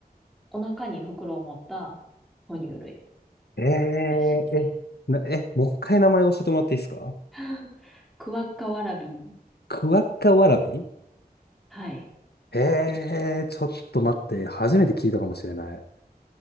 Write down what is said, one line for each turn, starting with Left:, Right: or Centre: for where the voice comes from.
Centre: お腹に袋を持った哺乳類
Left: い。えー、
Centre: らしいです。
Left: え、な、え、もう一回名前教えてもらっていいですか
Centre: <laughs> クワッカワラビー。
Left: クワッカワラビ
Centre: はい。
Left: えー、ちょっと待って、初めて聞いたかもしれない。